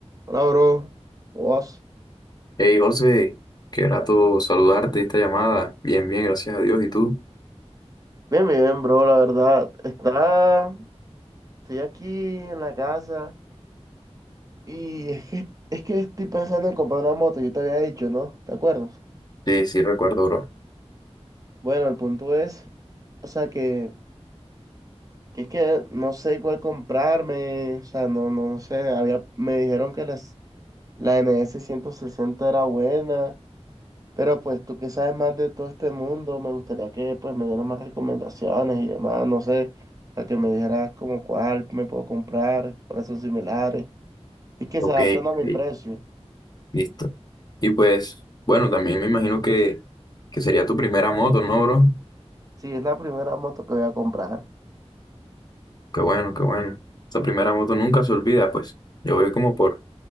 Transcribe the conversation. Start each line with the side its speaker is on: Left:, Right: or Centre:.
Right: Hola, bro. ¿Cómo vas?
Left: Hey José, qué grato saludarte esta llamada. Bien, bien, gracias a Dios. ¿Y tú?
Right: Bien, bien, bro, la verdad. Está, estoy aquí en la casa y es que, es que estoy pensando en comprar una moto, yo te había dicho, ¿no? ¿Te acuerdas?
Left: Sí, sí, recuerdo, bro.
Right: Bueno, el punto es, o sea, que, que es que no sé cuál comprarme, o sea, no, no, no sé, había, me dijeron que las, la n s NS sesenta era buena, Pero pues tú que sabes más de todo este mundo, me gustaría que pues me dieras más recomendaciones y demás, no sé, a que me dijeras como cuál me puedo comprar, cuáles son similares y que
Left: Ok,
Right: se adapten a mi
Left: ok,
Right: precio.
Left: listo. Y pues, bueno, también me imagino que, que sería tu primera moto, ¿no, bro?
Right: Si es la primera moto que voy a comprar,
Left: Qué bueno, qué bueno. Esa primera moto nunca se olvida, pues. Yo voy como por,